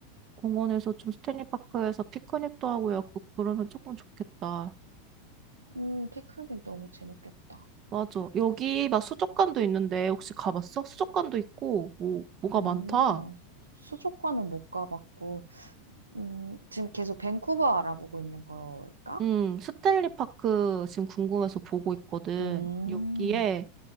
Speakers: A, on the right; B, on the right.
A: 공원에서 좀 스탠리파크에서 피크닉도 하고, 요 그러면 조금 좋겠다.
B: 음, 피크닉 너무 재밌겠다.
A: 맞아. 여기 막 수족관도 있는데 혹시 가봤어? 수족관도 있고 뭐 뭐가
B: 오,
A: 많다.
B: 나 수족관은 못 가봤고, 음, 지금 계속 밴쿠버 알아보고 있는 걸까?
A: 음, 스탠리 파크 지금 궁금해서 보고 있거든.
B: 음,
A: 여기에